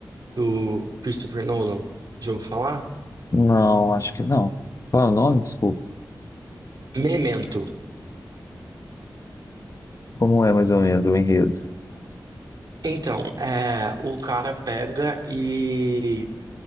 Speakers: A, on the right (about 60°); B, on the left (about 45°).
A: do Christopher Nolan. Já ouviu falar?
B: Não, acho que não. Qual é o nome? Desculpa.
A: Memento.
B: Como é mais ou menos o enredo?
A: Então, é, o cara pega e